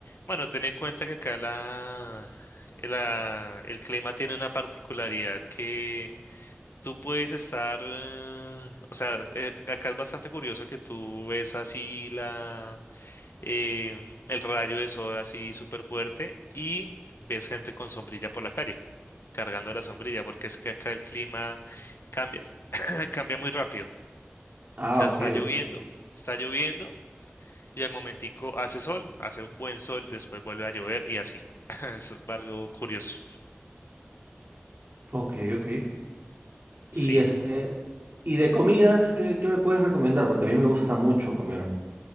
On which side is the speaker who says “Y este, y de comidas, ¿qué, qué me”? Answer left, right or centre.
Right